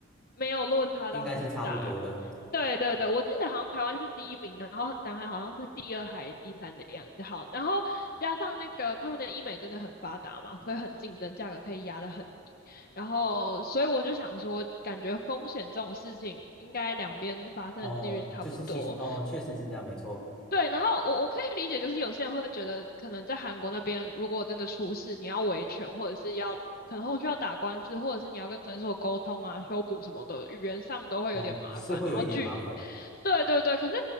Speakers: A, on the left (about 45°); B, in the centre.
A: 没有落差到很大。
B: 应该是差不多的。
A: 对对对，我记得好像台湾是第一名，然后南韩好像是第二还第三的样子。好，然后加上那个他们的医美真的很发达嘛，所以很竞争，价格可以压得很低。然后，所以我就想说，感觉风险这种事情应该两边发生的几率差不多。
B: 哦，就是其实哦，确实是这样，没错。
A: 对，然后我我可以理解，就是有些人会觉得，可能在韩国那边，如果真的出事，你要维权，或者是要可能后续要打官司，或者是你要跟诊所沟通啊、修补什么的，语言上都会有点麻烦。
B: 哦，是会有一点麻烦，
A: 然后距离，对对对，可是